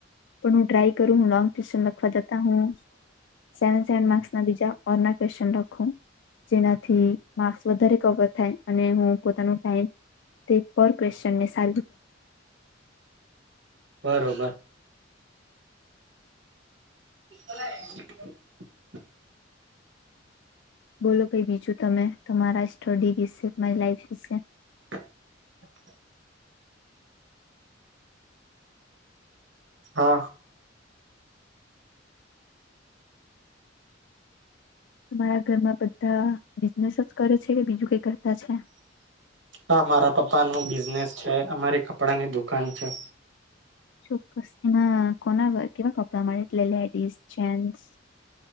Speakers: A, on the left (about 65°); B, on the right (about 70°).
A: પણ હું ટ્રાય કરું હું લંગ ક્વેશ્ચન લખવા જતા હુ સેવન સેવન માર્સ ના બીજા ઓર ના ક્વેશ્ચન લખું જેનાથી માર્ક્સ વધારે કવર થાય અને હું પોતાનો ટાઈમ તેપર ક્વનને સા
B: બરોબર. <inaudible>
A: બોલો કઈ બીજું તમે તમારા સ્ટડી વિશે તમારી લાઈફ વિશે.
B: <inaudible> હા.
A: તમારા ઘરમાં બધા બિઝનેસ જ કરે છે કે બીજું કઈ કરે. તા છે.
B: હા મારા પપ્પા નો બિઝનેસ છે અમારી કપડાની દુકાન છે.
A: ચોક્કસ એમાં કોના કેવા કપડા મળે એટલે લેડીસ જેન્ટસ.